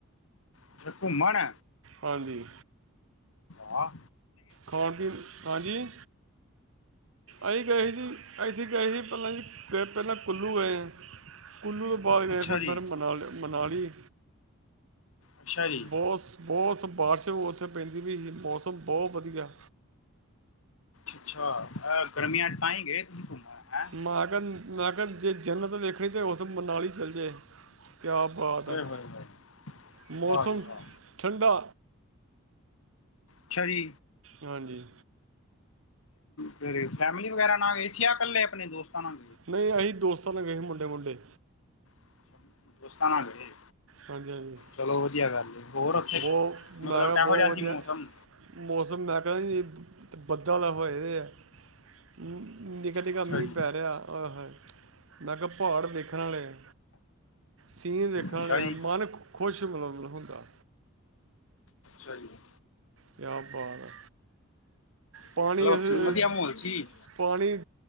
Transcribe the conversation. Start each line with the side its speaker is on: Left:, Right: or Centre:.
Left: ਅੱਛਾ ਘੁੰਮਣ।
Right: ਹਾਂਜੀ।
Left: ਹਾਂ।
Right: ਖਾਣ ਪੀਣ ਹਾਂਜੀ ਅਸੀਂ ਗਏ ਸੀ ਜੀ। ਅਸੀਂ ਗਏ ਸੀ ਪਹਿਲਾਂ ਜੀ ਗਏ ਪਹਿਲਾਂ ਕੁੱਲੂ ਗਏ ਕੁੱਲੂ ਤੋਂ ਬਾਅਦ ਗਏ
Left: ਅੱਛਾ
Right: ਫਿਰ
Left: ਜੀ
Right: ਫਿਰ ਮਨਾਲੀ। ਮਨਾਲੀ
Left: ਅੱਛਾ ਜੀ
Right: ਬਹੁਤ। ਬਹੁਤ ਬਾਰਿਸ਼ ਉੱਥੇ ਪੈਂਦੀ ਵੀ ਸੀ ਮੌਸਮ ਬਹੁਤ ਵਧੀਆ।
Left: ਅੱਛਾ ਅੱਛਾ ਗਰਮੀਆਂ 'ਚ ਤਾਂ ਹੀ ਗਏ ਤੁਸੀਂ ਘੁੰਮਣਾ ਹੈਂ।
Right: ਮਗਨ ਮੈਂ ਕਿਹਾ ਜੇ ਜੰਨਤ ਵੇਖਣੀ ਤਾਂ ਉੱਥੇ ਮਨਾਲੀ ਚੱਲ ਜਾਵੇ। ਕਿਆ ਬਾਤ
Left: ਹੋਏ
Right: ਹੈ
Left: ਹੋਏ ਹੋਏ
Right: ਮੌਸਮ
Left: ਵਾਹ ਜੀ ਵਾਹ
Right: ਠੰਡਾ।
Left: ਅੱਛਾ ਜੀ।
Right: ਹਾਂਜੀ।
Left: ਫਿਰ ਫੈਮਿਲੀ ਵਗੈਰਾ ਨਾਲ ਗਈ ਸੀ ਜਾਂ ਕੱਲੇ ਆਪਣੇ ਦੋਸਤਾਂ ਨਾਲ।
Right: ਨਹੀਂ ਅਸੀਂ ਦੋਸਤਾਂ ਨਾਲ ਗਏ ਸੀ ਮੁੰਡੇ ਮੁੰਡੇ।
Left: ਸੀ ਦੋਸਤਾਂ ਨਾ ਗਏ।
Right: ਹਾਂਜੀ ਹਾਂਜੀ।
Left: ਚਲੋ ਵਧੀਆ ਗੱਲ ਹੈ। ਹੋਰ ਉੱਥੇ
Right: ਬਹੁਤ ਮੈਂ
Left: ਮਤਲਬ
Right: ਕਿਹਾ
Left: ਕਿਹੋ
Right: ਬਹੁਤ
Left: ਜਿਹਾ ਸੀ
Right: ਵਧੀਆ
Left: ਮੌਸਮ।
Right: ਮੌਸਮ ਮੈਂ ਕਹਿਣਾ ਜੀ ਬੱਦਲ ਹੋਏ ਹੋਏ ਹੈ। ਨਿੱਕਾ ਨਿੱਕਾ
Left: ਅੱਛਾ
Right: ਮੀਂਹ
Left: ਜੀ
Right: ਪੈ ਰਿਹਾ ਹੈ ਓਏ ਹੋਏ। ਮੈਂ ਕਿਹਾ ਪਹਾੜ ਦੇਖਣ ਵਾਲੇ ਆ ਸੀਨ ਦੇਖਣ ਵਾਲੇ
Left: ਅੱਛਾ ਜੀ
Right: ਆ ਮਨ ਖੁਸ਼ ਮਿਲ ਮਿਲ ਹੁੰਦਾ ਹੈ।
Left: ਸਹੀ ਹੈ।
Right: ਕਿਆ ਬਾਤ ਹੈ ਪਾਣੀ
Left: ਮਤਲਬ
Right: ਉੱਥੇ।
Left: ਵਧੀਆ ਮਾਹੌਲ ਸੀ
Right: ਪਾਣੀ